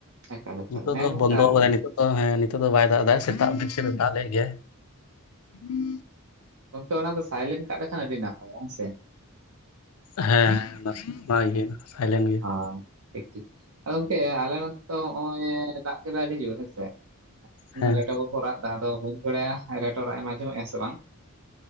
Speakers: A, on the right; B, on the left.
A: ᱮᱠᱟᱞ ᱮᱠᱟᱞ
B: ᱱᱤᱛᱚᱜ
A: ᱦᱮᱸ
B: ᱫᱚ
A: ᱜᱚᱝᱠᱮ
B: ᱵᱚᱱᱫᱚ
A: ᱟᱞᱮ-
B: ᱠᱟᱫᱟᱭ ᱱᱤᱛᱚᱜ ᱾ ᱚ ᱦᱮᱸ ᱱᱤᱛᱚᱜ ᱫᱚ ᱵᱟᱭ ᱫᱟᱜ ᱮᱫᱟᱭ ᱥᱮᱛᱟᱜ ᱢᱤᱫ ᱥᱮᱫ ᱮ ᱫᱟᱜ ᱞᱮᱫ ᱜᱮᱭᱟᱭ ᱾
A: ᱜᱚᱝᱠᱮ ᱚᱱᱟ ᱫᱚ ᱥᱟᱭᱞᱮᱱ ᱠᱟᱜ ᱞᱮᱠᱷᱟᱱ ᱟᱹᱰᱤ ᱱᱟᱯᱟᱭᱟ ᱦᱮᱸ ᱥᱮ ᱾
B: ᱦᱮᱸ <unintelligible> ᱜᱮ ᱥᱟᱭᱞᱮᱱ ᱜᱮ
A: ᱦᱳᱭ
B: ᱾
A: ᱴᱷᱤᱠ ᱴᱷᱤᱠ ᱟᱫᱚ ᱜᱚᱝᱠᱮ ᱟᱞᱮ ᱱᱚᱛᱮ ᱫᱚ ᱱᱚᱜ-ᱚᱭ ᱫᱟᱜ ᱠᱮᱫᱟ ᱟᱹᱰᱤ ᱡᱳᱨ ᱦᱮᱸᱥᱮ
B: ᱦᱮᱸ
A: ᱨᱮᱴᱚ ᱠᱚ ᱠᱚ ᱨᱟᱜ ᱮᱫᱟ ᱟᱫᱚ ᱵᱟᱹᱧ ᱵᱟᱲᱟᱭᱟ ᱨᱮᱴᱚ ᱨᱟᱜ ᱮᱢ ᱟᱡᱚᱢᱮᱜᱼᱟ ᱥᱮ ᱵᱟᱝ?